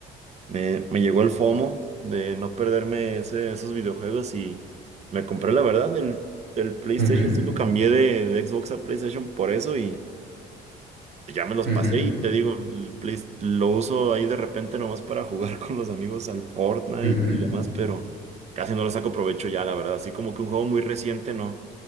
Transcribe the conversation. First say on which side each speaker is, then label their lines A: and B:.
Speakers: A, on the right; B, on the right.
A: me, me llegó el FOMO de no perderme ese- esos videojuegos y me compré, la verdad, el, el PlayStation
B: ujú,
A: cinco cambié de, de Xbox a PlayStation por eso y ya me los
B: ujú,
A: pasé y te digo, el Play- lo uso ahí de repente nomás para jugar <laughs> con los amigos al Fortnite
B: ujú.
A: y demás, pero casi no lo saco provecho ya, la verdad, así como que un juego muy reciente, no,